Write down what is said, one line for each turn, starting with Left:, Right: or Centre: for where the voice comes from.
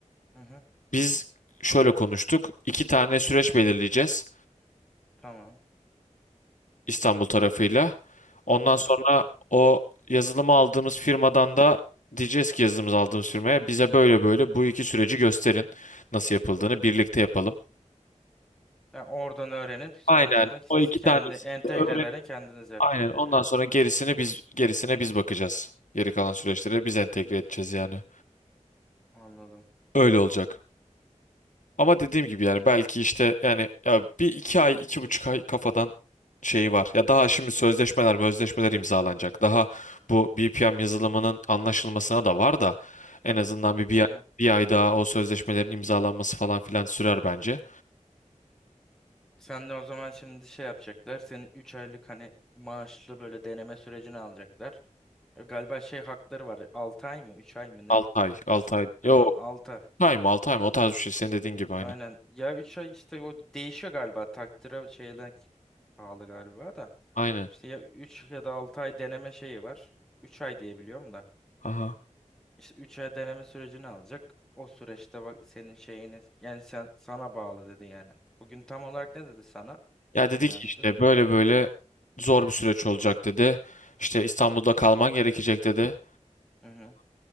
Centre: Hı hı
Left: Biz şöyle konuştuk. İki tane süreç belirleyeceğiz
Centre: tamam.
Left: İstanbul tarafıyla. Ondan
Centre: Hı hı.
Left: sonra o yazılımı aldığımız firmadan da diyeceğiz ki yazılımımızı aldığımız firmaya bize böyle böyle bu iki süreci gösterin nasıl yapıldığını birlikte yapalım.
Centre: Yani oradan öğrenip sonrasında
Left: Aynen
Centre: siz
Left: o iki
Centre: kendi
Left: tanesini
Centre: entegrelerini
Left: de öğren.
Centre: kendiniz yapacaksınız
Left: Aynen ondan
Centre: yani.
Left: sonra gerisini biz gerisine biz bakacağız. Geri kalan süreçlere biz entegre edeceğiz yani.
Centre: Anladım.
Left: Öyle olacak. Ama dediğim gibi yani belki işte yani ya bir iki ay iki buçuk ay kafadan şeyi var. Ya daha şimdi sözleşmeler sözleşmeler imzalanacak. Daha bu BPM yazılımının anlaşılmasına da var da en azından bir, bir
Centre: Hı hı.
Left: ay, bir ay daha o sözleşmelerin imzalanması falan filan sürer bence.
Centre: Sen de o zaman şimdi şey yapacaklar. Seni 3 aylık hani maaşlı böyle deneme sürecini alacaklar. E, Galiba şey hakları var. 6 ay mı 3 ay mı ne?
Left: 6 ay 6
Centre: İşte,
Left: ay yok
Centre: aha 6.
Left: 6 ay mı 6 ay mı o tarz bir şey senin dediğin gibi aynı.
Centre: Aynen. Ya 3 ay işte o değişiyor galiba. Takdire şeyden pahalı galiba da.
Left: Aynen.
Centre: İşte ya 3 ya da 6 ay deneme şeyi var. üç ay diye biliyorum da.
Left: Aha.
Centre: İşte 3 ay deneme sürecini alacak. O süreçte bak senin şeyini yani sen sana bağlı dedi yani. Bugün tam olarak ne dedi sana
Left: Ya dedi
Centre: genel
Left: ki
Centre: müdür?
Left: işte böyle böyle zor bir süreç olacak dedi. İşte İstanbul'da kalman gerekecek dedi.
Centre: Hı hı.